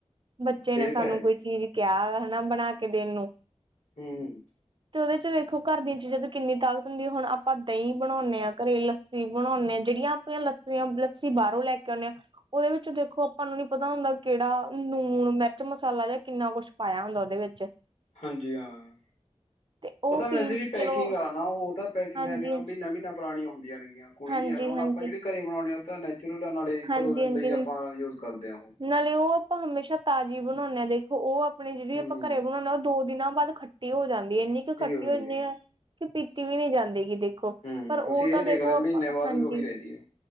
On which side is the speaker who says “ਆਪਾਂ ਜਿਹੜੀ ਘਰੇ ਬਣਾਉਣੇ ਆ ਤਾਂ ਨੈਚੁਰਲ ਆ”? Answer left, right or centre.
Left